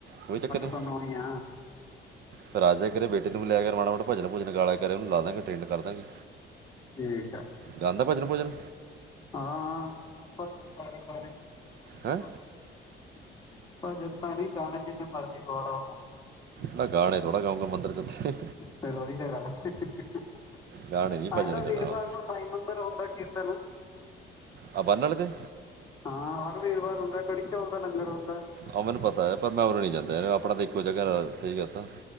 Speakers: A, on the right; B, on the left.
A: ਕੋਈ ਚੱਕਰ ਨਹੀਂ।
B: ਤਾਂ ਹੀ ਆ
A: ਫੇਰ ਆ ਜੀਆ ਕਰੀ ਬੇਟੀ ਨੂੰ ਲੈ ਕੇ ਮਾੜਾ ਮੋਟਾ ਭਜਨ ਭੂਜਨ ਗਾ ਲਿਆ ਕਰੇ ਉਹਨੂੰ ਲਾ ਦਾਂਗੇ ਟਰੇਡ ਕਰਦਾ ਗੇ
B: ਠੀਕ ਏ।
A: ਗਾਂਂਦਾ ਭਜਨ, ਭੁਜਨ
B: ਹਾਂ, ਹਾਂ ਭਜਨ ਗਾਲੇ ਗਾਣੇ ਗੁਨ
A: ਹੈਂ
B: ਗਾਲੇ ਭਜਣ ਤਾਂ ਨਹੀਂ ਗਾਣੇ ਜੀ ਨੇ ਮਰਜੀ ਗਵਾਲਾ ਉਹਨੂੰ
A: ਮੈਂ ਗਾਣੇ ਥੋੜ੍ਹਾ ਗਾਊਂਗਾ ਮੰਦਿਰ ਚ ਉੱਥੇ
B: ਫੇਰ ਉਹੀ ਤੇ ਗੱਲ ਹੈ ਇਹ
A: ਗਾਣੇ ਨਹੀਂ ਭਜਨ
B: ਤਾ ਵੀਰਵਾਰ
A: ਗਾਣਾ
B: ਨੂੰ ਸਾਈ ਮੰ ਉਧਰ ਹੁੰਦਾ ਕੀਰਤਨ
A: ਆਹ ਬਾਨੇ ਵਾਲੇ ਦੇ
B: ਹਾਂ ਹਰ ਵੀਰਵਾਰ ਹੁੰਦਾ ਕੜੀ ਚੌਲ ਦਾ ਲੰਗਰ ਹੁੰਦਾ।
A: ਆਹ ਮੈਨੂੰ ਪਤਾ ਹੈ, ਪਰ ਮੈਂ ਉਰੇ ਨਹੀਂ ਜਾਂਦਾ ਆਪਣਾ ਤਾਂ ਇੱਕੋ ਜਗ੍ਹਾ ਸਹੀ ਦੱਸਾਂ